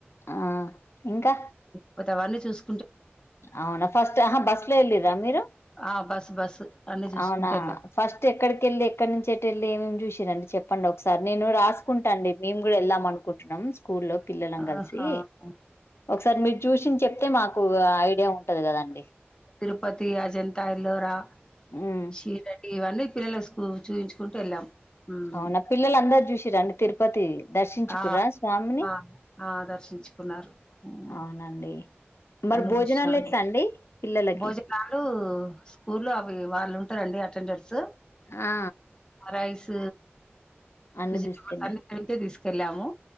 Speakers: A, on the left; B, on the left.
A: ఆ ఇంకా
B: పోతవన్నని చూసు
A: అవునా ఫస్ట్ ఆహ బస్లో వెళ్ళిరా మీరు
B: ఆ బస్సు బస్సు అన్ని చూసుకుంటూ
A: అవునా
B: వెళ్ళాము
A: ఫస్ట్ ఎక్కడికి వెళ్ళి ఎక్కడి నుంచి వెళ్ళి ఏమేం చూసిరండి చెప్పండి ఒకసారి నేను రాసుకుంటా అండి మేము కూడా వెళ్దాం అనుకుంటున్నాం స్కూల్లో పిల్లలం
B: ఆహా
A: కలిసి ఒకసారి మీరు చూసింది చెప్తే మా కు ఐడియా ఉంటది కదండి
B: తిరుపతి అ జంతా ఎల్లోర
A: ఉమ్
B: <unintelligible> ఇవన్నీ పిల్లల చూపించుకుంటూ వెళ్ళాం హ్మ్.
A: అవునా పిల్లల అందరు చూసి రండి తిరుపతి దర్శించుకురా
B: ఆ
A: స్వామిని
B: ఆ <unintelligible>
A: అవునండి మరి
B: అన్నీ
A: భోజనాలు
B: చూసినామండి
A: ఎట్లా అండి పిల్లలకి
B: భోజనాలు స్కూలో అవి వాళ్ళు అండి అటెండన్స్
A: ఆ
B: రైస్
A: అన్ని
B: వెజిటబుల్స్
A: తీసుకెళ్ళారు
B: అన్ని <unintelligible> తీసుకెళ్ళము